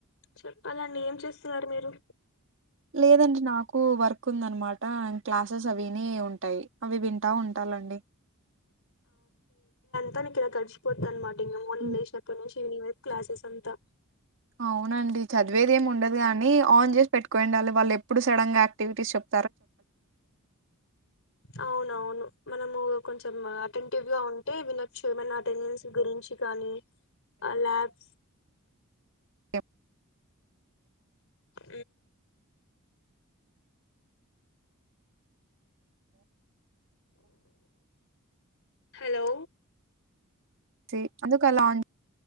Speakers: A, on the left; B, on the right.
A: చెప్పాలండి ఏం చేస్తున్నారు మీరు?
B: లేదండి నాకు వర్క్ ఉంద అనమాట క్లాసెస్ అవనే ఉంటాయి. అవి వింటా ఉంటాలండి.
A: తనికి ఏ కలిసిపోతాది అనమాట ఇంగ మార్నింగ్
B: హ్మ్.
A: లేసినప్పటినుంచి ఈవినింగే క్లాసస్ అంతా
B: అవునండి చదివేది ఏమి ఉండదు గాని ఆన్ చేసి పెట్టుకో ఉండాలి. వాళ్ళు ఎప్పుడు సడన్ గా క్టివిటీస్ చెప్
A: అవునవును మనము కొంచెం అటెంటివ్ గా ఉంటే వినొచ్చు ఏమనా అటెండెన్స్ గురించిగా అని అలాబ్స్
B: ఎ
A: అ హలో
B: చి అందుకలాన్